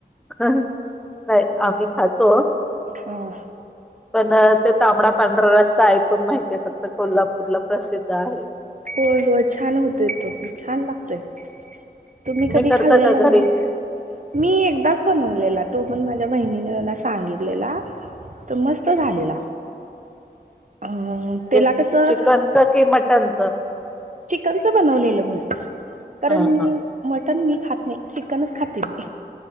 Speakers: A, in the centre; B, on the right.
A: हम् नाही आम्ही खातो
B: हम्म
A: पण ते तांबडा पांढरा रस्सा ऐकून माहित आहे फक्त कोल्हापूरला प्रसिद्ध आहे
B: हो हो छान होतय तो छान लागतोय तुम्ही कधी
A: करता
B: खाल्लेला
A: का घरी
B: नाही मी एकदाच बनवलेला तो पण माझ्या बहिणीने मला सांगितलेला तो मस्त झालेला अ
A: म्हणजे
B: त्याला
A: अ
B: कसं
A: चिकनच कि मटनच
B: चिकनच बनवलेलं मी कारण
A: हा
B: मी
A: हा
B: मी मटन मी खात नाही कोणच खात बे
A: हा